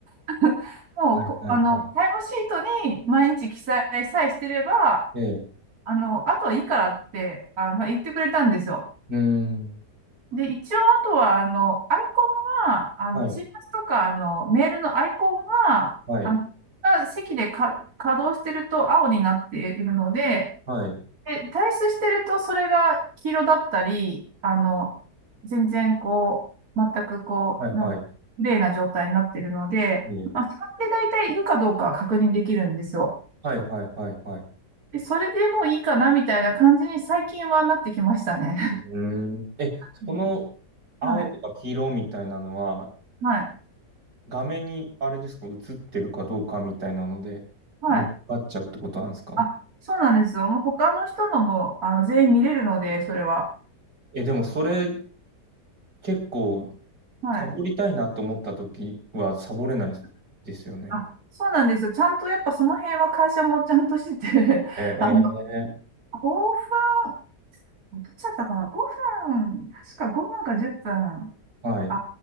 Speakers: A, on the right (about 60°); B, on the right (about 85°).
A: <laughs> もうこ、
B: はいはいはい。
A: あの、タイムシートに毎日記載さえしてれば、
B: ええ。
A: あの、あとはいいからって、あの、言ってくれたんですよ。
B: うーん。
A: で、一応、あとは、あの、アイコンが、あの、
B: はい、
A: チームズとか、あの、メールのアイコンが、
B: はい、
A: あの、席でか稼働してると青になっているので、
B: はい、
A: で退出してるとそれが黄色だったり、あの、全然こう、全くこう、
B: はい、
A: な、
B: はい、
A: 綺麗な状態になってるので、
B: ね
A: まあ、それで大体いるかどうかは確認できるんですよ。
B: はい、はい、はい、はい。
A: で、それでもういいかなみたいな感じに最近はなってきましたね。
B: うーん。え、
A: <laughs>
B: その青とか黄色みたいなのは、
A: はい、はい、
B: 画面にあれですか、映ってるかどうかみたいなので、
A: はい。
B: もう分かっちゃうってことなんですか
A: あ、そうなんですよ。もう他の人のも、あの、全員見れるので、それは。
B: え、でもそれ結構、
A: はい。
B: サボりたいなと思った時はサボれないですよね。
A: あ、そうなんですよ。ちゃんとやっぱその辺は会社もちゃんとしてて、
B: えー、
A: <laughs> あの、オファーどっちだったかな ?5 分、確か5分か10分。
B: はい、
A: あ、